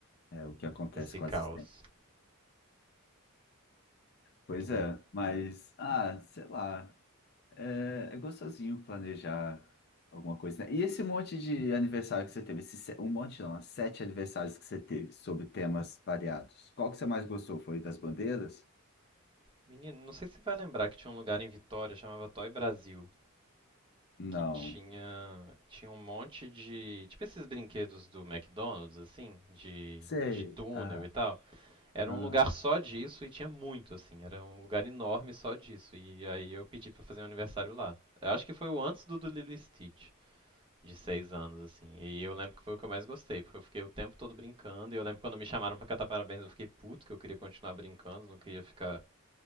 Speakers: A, on the left (about 45°); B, on the right (about 25°).
A: É o que acontece
B: esse
A: quase
B: caos.
A: sempre. Pois é,
B: É.
A: mas, ah, sei lá. É, é gostosinho planejar alguma coisa, né? E esse monte de aniversário que você teve, esse se- um monte não, né? sete aniversários que você teve, sobre temas variados. Qual que você mais gostou? Foi das bandeiras?
B: Menino, não sei se você vai lembrar que tinha um lugar em Vitória, chamava Toy Brasil.
A: Não.
B: que tinha tinha um monte de, tipo esses brinquedos do McDonald's assim, de
A: Sei.
B: de túnel
A: Ah,
B: e tal. Era
A: ah,
B: um lugar só disso e tinha muito assim, era um lugar enorme só disso. E aí eu pedi pra fazer um aniversário lá. Eu acho que foi o antes do do Lilo e Stitch. De seis anos, assim. E eu lembro que foi o que eu mais gostei, porque eu fiquei o tempo todo brincando. E eu lembro quando me chamaram pra cantar parabéns, eu fiquei puto, que eu queria continuar brincando, não queria ficar